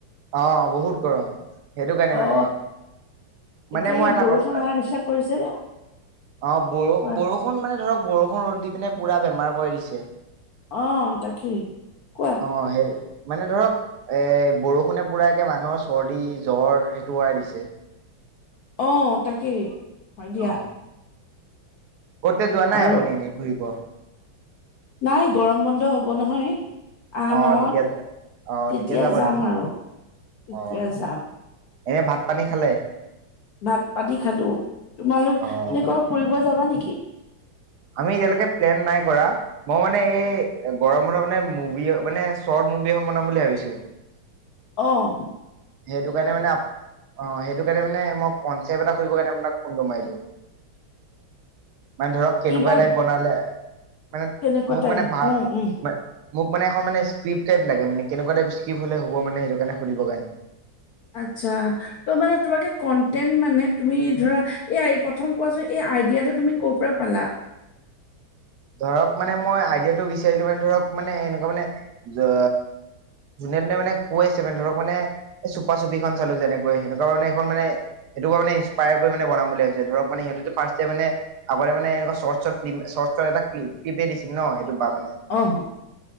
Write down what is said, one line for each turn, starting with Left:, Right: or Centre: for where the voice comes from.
Right: অ বহুত গৰম সেইটো কাৰণে মানে।
Left: অ এতিয়া
Right: মানে মই
Left: এই
Right: এটা
Left: বৰষুণ
Right: কথা
Left: অহাৰ
Right: অহ
Left: নিচিনা কৰিছে যে
Right: বৰো
Left: কোৱা
Right: বৰষ বৰষুণ মানে ধৰক বৰষুণ ৰ'দ দি পিনে পুৰা বেমাৰ কৰি দিছে।
Left: অ তাকেই কোৱা।
Right: অ সেই মানে ধৰক এ বৰষুণে পুৰা একে মানুহৰ চৰ্দি, জ্বৰ সেইটো কৰাই দিছে।
Left: অ তাকেই হয় দিয়া
Right: অ কতে যোৱা
Left: আৰু
Right: <inaudible>
Left: নাই গৰম বন্ধ হ'ব নহয়। আহা
Right: অ
Left: মাহত,
Right: তেতিয়া অ
Left: তেতিয়া
Right: যাব
Left: যাম
Right: নেকি
Left: আৰু তেতিয়া
Right: অ
Left: যাম।
Right: এনে ভাত পানী খালে?
Left: ভাত পানী খালো। তোমালোক
Right: অ
Left: এনে কবাত ফুৰিব যাবা নেকি?
Right: আমি এতিয়ালৈকে প্লেন নাই কৰা, মই মানে এই গৰম বন্ধত মানে মুভি মানে চৰ্ট মুভি এখন বনাম বুলি ভাবিছোঁ।
Left: অহ।
Right: সেইটো কাৰণে মানে অ সেইটো কাৰণে মানে মই কনচেপ্ট এটা সুধিবৰ কাৰণে আপোনাক ফোনটো মাৰিলো। <unintelligible> মানে ধৰক কেনেকুৱা
Left: কিবা
Right: টাইপ বনালে মানে
Left: কেনেকুৱা
Right: মোক
Left: টাইম
Right: মানে ভাল
Left: উম উম
Right: মোক মানে এখন মানে স্কিৰিপটাইপ লাগে মানে, কেনেকুৱা টাইপ স্কিৰিপটাইপ হ'লে হবমানে সেইটো কাৰণে সুধিব কাৰনে।
Left: আচ্ছা তো মানে তোমাকে কণ্টেন মানে তুমি ধৰা, এই প্ৰথম কোৱাচোন এই আইডিয়াটো তুমি ক'ৰ পৰা পালা?
Right: ধৰক মানে মই আইডিয়াটো বিচাৰিলো মানে ধৰক মানে এনেকুৱা মানে যো যোনে যোনে মানে কৈ আছে মানে ধৰক মানে এই চোপা চুপীখন চালো যেনেকৈ সেনেকুৱা ধৰনে এইখন মানে সেইটো কাৰণে মানে ইস্পায়াৰ হৈ মানে বনাম বুলি ভাবিছো, ধৰক মানে সিহঁতেতো ফাৰ্ষ্ট মানে আগতে মানে এনেকুৱা short short clip short short এটা ক্লিপে দিছিল ন সেইটো পা মানে।
Left: অহ।